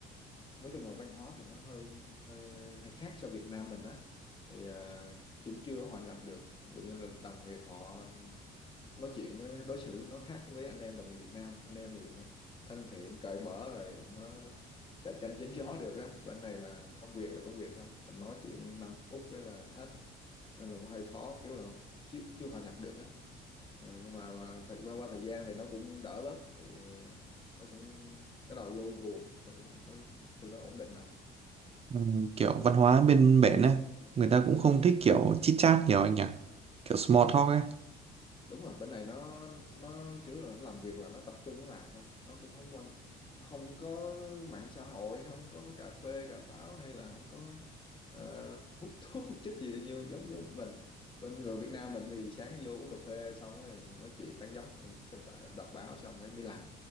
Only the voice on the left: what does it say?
nói chung là văn hóa thì nó hơi hơi hơi khác so Việt Nam mình á thì à, chúng chưa hòa nhập được ví dụ như là đồng nghiệp họ nói chuyện với đối xử nó khác với anh em đồng nghiệp Việt Nam anh em thì nó thân thiện cởi mở rồi nó chà chanh chém gió được á bên này là công việc là công việc thôi mình nói chuyện 5 phút cái là hết nên là cũng hơi khó kiểu là chưa, chưa hòa nhập được á à, nhưng mà à, thời, qua qua thời gian thì nó cũng đỡ bớt thì nó cũng bắt đầu vô guồng nó cũng nó, từ đó ổn định rồi
đúng rồi bên này nó nó kiểu là nó làm việc là nó tập trung nó làm thôi nó cũng không quan nó không có mạng xã hội không có cà phê cà pháo hay là không có ờ, hút <laughs> thuốc hút chích gì nhiều giống giống mình bên ở Việt Nam mình thì sáng vô uống cà phê xong rồi nói chuyện tán dóc xem phải đọc báo xong mới mới làm